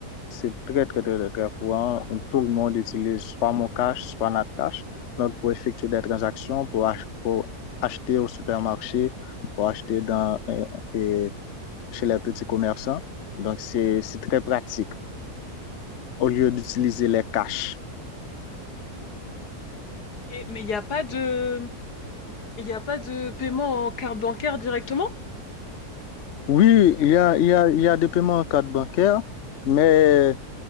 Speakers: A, on the left; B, on the left.
A: C'est très, très, très, très, très courant. Tout le monde utilise soit mon cash, soit notre cash. Donc, pour effectuer des transactions, pour, ach- pour acheter au supermarché, pour acheter dans, euh, euh, chez les petits commerçants. Donc, c'est, c'est très pratique au lieu d'utiliser les cash.
B: Ok, mais il n'y a pas de Il n'y a pas de paiement en carte bancaire directement?
A: Oui, il y a, il y a, il y a des paiements en carte bancaire, mais